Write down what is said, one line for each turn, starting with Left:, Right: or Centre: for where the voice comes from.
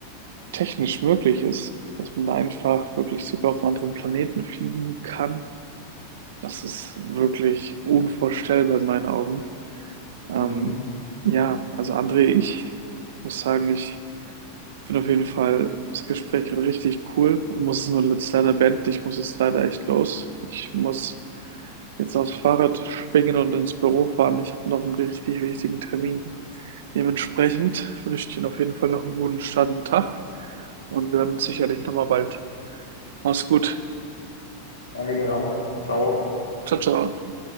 Right: technisch möglich ist, dass man da einfach wirklich sogar auf einen anderen Planeten fliegen kann. Das ist wirklich unvorstellbar in meinen Augen. Ähm,
Left: Mhm.
Right: ja, also André, ich muss sagen, ich Ich finde auf jeden Fall das Gespräch gerade richtig cool und muss es nur jetzt leider beenden. Ich muss jetzt leider echt los. Ich muss jetzt aufs Fahrrad schwingen und ins Büro fahren. Ich habe noch einen richtig wichtigen Termin. Dementsprechend wünsche ich dir auf jeden Fall noch einen guten Start und Tag und wir hören uns sicherlich nochmal bald. Mach's gut.
Left: Danke dir auch. Ciao.
Right: Ciao, ciao.